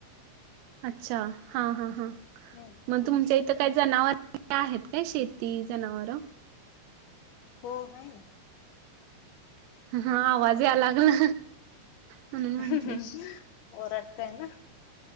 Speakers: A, on the right; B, on the left.
A: अच्छा हा हा हा
B: हम्म
A: मग तुमच्या इथं काय जनावर आहेत काय शेती जनावरं
B: हो आहे ना.
A: हा आवाज या लागला. म्हणून म्हंटले.
B: ह् ओरडताय ना.